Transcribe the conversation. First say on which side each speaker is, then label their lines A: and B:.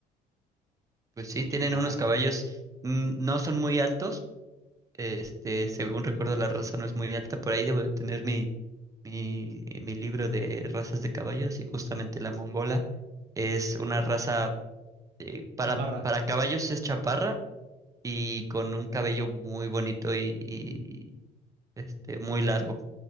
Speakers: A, on the right; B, on the right.
A: Pues
B: Qué
A: sí,
B: chulada.
A: tienen unos caballos, mm, no son muy altos, este, según recuerdo la raza no es muy alta, por ahí debo de tener mi, mi, mi libro de razas de caballos y justamente la mongola es una raza eh, para,
B: Chaparra.
A: para caballos es chaparra y con un cabello muy bonito y, y, este, muy largo